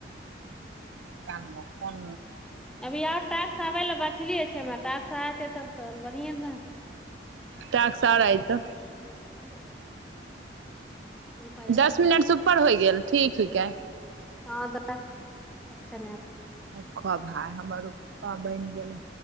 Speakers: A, on the right (about 85°); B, in the centre.
A: कान कोन
B: अभी आउ टाक्स आबै लए बछलियै छै हमरा टाक्स आ एतै तब तऽ आर बढ़िएँ ने रहतै
A: टास्क
B: <inaudible>
A: आओर एतौ
B: <inaudible> देलकौ
A: दस मिनट से ऊपर होइ गेल ठीक ठीक छीके
B: हँ त क्चन
A: सभ खो भाय हमर पप्पा बनि गेलै